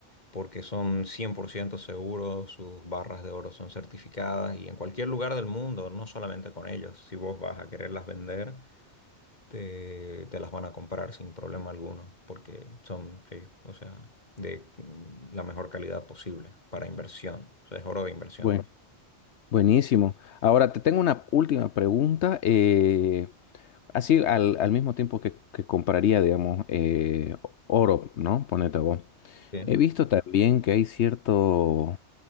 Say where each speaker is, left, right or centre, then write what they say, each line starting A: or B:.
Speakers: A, on the left; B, on the left.
A: porque son 100% seguros, sus barras de oro son certificadas y en cualquier lugar del mundo, no solamente con ellos, si vos vas a quererlas vender, te, te las van a comprar sin problema alguno, porque son, sí, o sea, de mm, la mejor calidad posible para inversión, o sea, es oro de inversión.
B: Buen- buenísimo. Ahora, te tengo una última pregunta. Eh, Así al, al mismo tiempo que, que compraría, digamos, eh, oro, ¿no? Ponete vos.
A: Sí.
B: He visto también que hay ciertos